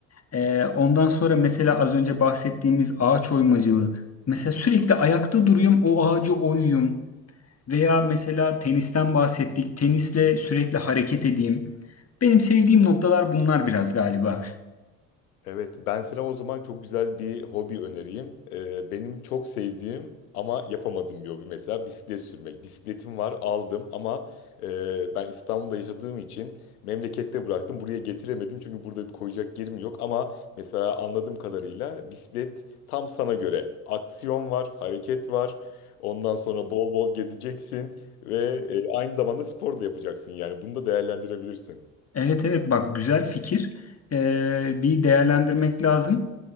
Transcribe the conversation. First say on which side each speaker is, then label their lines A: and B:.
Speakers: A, on the left; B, on the left.
A: E, ondan sonra mesela az önce bahsettiğimiz ağaç oymacılığı. Mesela sürekli ayakta duruyum, o ağacı oyuyum. Veya mesela tenisten bahsettik, tenisle sürekli hareket edeyim. Benim sevdiğim noktalar bunlar biraz galiba.
B: Evet, ben sana o zaman çok güzel bir hobi önereyim. Ee, benim çok sevdiğim ama yapamadığım bir hobi mesela bisiklet sürmek. Bisikletim var, aldım ama e, ben İstanbul'da yaşadığım için memlekette bıraktım. Buraya getiremedim çünkü burada bir koyacak yerim yok. Ama mesela anladığım kadarıyla bisiklet tam sana göre. Aksiyon var, hareket var. Ondan sonra bol bol gezeceksin ve e, aynı zamanda spor da yapacaksın yani. Bunu da değerlendirebilirsin.
A: Evet evet bak güzel fikir. Ee, bir değerlendirmek lazım.